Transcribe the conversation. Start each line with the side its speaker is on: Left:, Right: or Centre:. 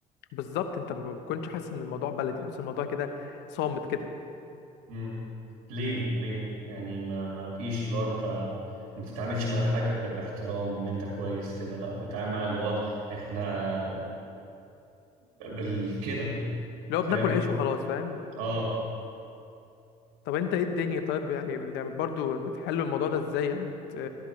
Left: بالظبط انت ما بتكونش حاسس ان الموضوع بلدي تحس الموضوع كده صامت كده
Right: امم لين لين يعني ما ما فيش اللي هو انت ما بتتعاملش مع الحاجه ب- باحترام ان انت كويس كده لا بتتعامل مع اللي هو احنا بال كده
Left: لو
Right: فاهم
Left: بناكل عيش وخلاص فاهم
Right: اه
Left: طب انت ايه الدنيا طيب يعني بتعمل برضو بتحلوا الموضوع ده ازاي يعني بت